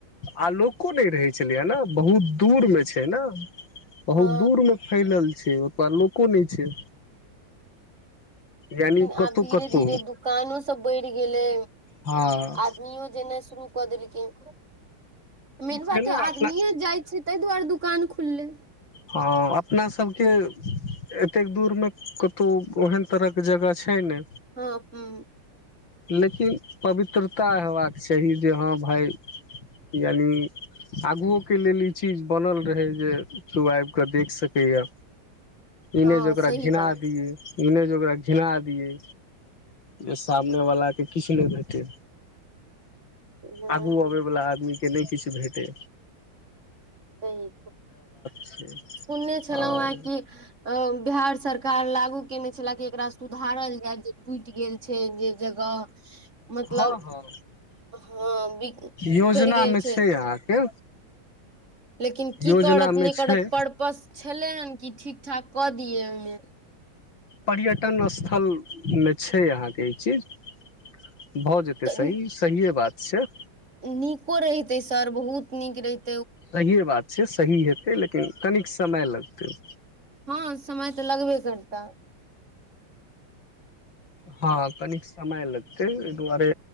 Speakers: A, on the left; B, on the right.
A: आ लोको नहि रहै भेलया ने बहुत दूर मे छै ने बहुत
B: हँ
A: दूर में फैलल छै छै ओ तऽ लोको नहि छै
B: लेकिन
A: यानि कतहु
B: आब धीरे
A: कतहु
B: धीरे दुकानो सब बैढ़ गेलै
A: हँ
B: आदमीयो जेनाइ शुरू कऽ देलकिन मेन
A: छै
B: बात
A: ने
B: हैय
A: अपना
B: आदमीेयो जाइ छै ताहि दुआरे दुकान खुलले
A: हँ अपना सभके एतेक दूर में कतौ ओहेन तरहक के जगह छै नै
B: हँ हू
A: लेकिन पवित्रता हेयबाक चाही जे हँ भाय यानि आगुओ के लेल ई चीज बनल रहै जे तू आबिकऽ देख सकैए ईने
B: हँ
A: जे ओकरा
B: सही
A: घिना
B: बात
A: दियै इनेजे ओकरा घिना दियए जे सामने वाला के किछ नहि भैटे
B: हँ
A: आगू अबयवला आदमीकेँ नहि किछु भेटै
B: सही
A: छै
B: सुनने छलहु
A: आओर
B: आय कि बिहार सरकार लागू केने छले जे एकरा सुधारल जाय जे टूटि गेल छै जे जगह मतलब
A: हँ हँ
B: हँ बि
A: योजना
B: फेर गेल
A: मे
B: छैय
A: छै अहाँके
B: लेकिन की
A: योजना
B: करत
A: मे
B: नैय
A: छै
B: करत पर्पस छलै हेन कि ठीक ठाक कऽ दियए ओहिमे
A: पर्यटन स्थलमे छैय अहाँके ई चीज भऽ जेतै
B: तऽ
A: सही सहिए बात छैय
B: नीको रहिते सर बहुत नीक रहिते
A: सहिए बात छै सही हेतै लेकिन कनिक समय लगतै
B: हँ समय तऽ लगबे करता
A: हँ कनिक समय लगतै एहि दुआरे